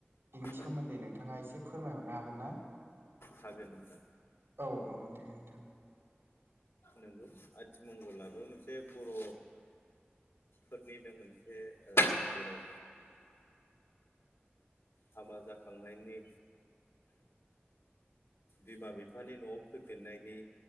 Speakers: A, on the right; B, on the left.
A: बिनि सोमोन्दै
B: औ
A: नोंथांङा एसे फोरमायहरनो हागोन ना?
B: हागोन नोंथां
A: औ औ दे नोंथां
B: नोंगौ आथिमंगलाबो मोनसे बर' फोरनिनो मोनसे जेराव हाबा जाखांनायनि बिमा बिफानि न'आव फैफिननायनि